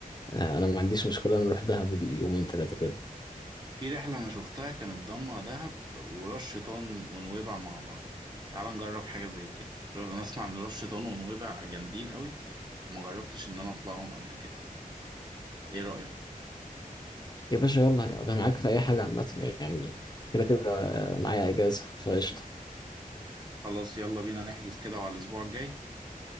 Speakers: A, on the left (about 30°); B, on the right (about 30°).
A: آه، أنا ما عنديش مشكلة نروح دهب اليومين تلاتة كده
B: في رحلة أنا شفتها كانت ضمة دهب وراس شيطان ونويبع مع بعض تعال نجرب حاجة زي كده أنا أسمع إن راس شيطان ونويبع جامدين قوي وما جربتش إن أنا أطلعهم قبل كده إيه رأيك؟
A: يا باشا يلا أنا معاك في أي حاجة عامة يعني كده كده آه، معايا إجازة فقشطة
B: خلاص يلا بينا نحجز كده على الأسبوع الجاي